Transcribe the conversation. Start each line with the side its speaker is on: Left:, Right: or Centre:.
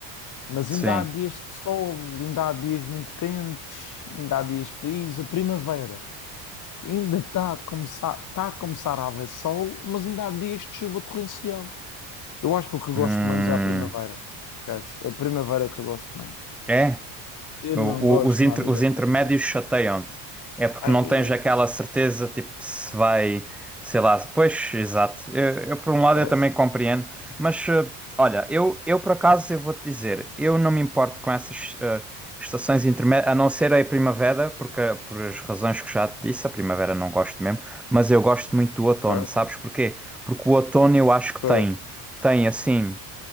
Left: Mas
Centre: sim.
Left: ainda há dias de sol, ainda há dias muito quentes, ainda há dias frios. A primavera ainda está a começar, está a começar a haver sol, mas ainda há dias de chuva torrencial. Eu acho que o que eu gosto
Centre: Hum,
Left: menos é a primavera. Esquece. A primavera é que eu gosto menos.
Centre: é?
Left: Eu
Centre: O-
Left: não gosto
Centre: o- os, inter-
Left: nada da
Centre: os
Left: primavera.
Centre: intermédios chateiam-te. É porque
Left: Ai,
Centre: não tens aquela certeza, tipo, se vai, sei lá, se- pois, exato. Eu, eu, por
Left: esquece.
Centre: um lado eu também compreendo, mas eh, olha, eu, eu por acaso eu vou-te dizer, eu não me importo com essas eh, estações intermédias, a não ser a primavera, porque eh, por as razões que já te disse, a primavera não gosto mesmo, mas eu gosto muito do
Left: Ok.
Centre: outono, sabes porquê? Porque o outono eu acho que
Left: Ok.
Centre: tem, tem assim.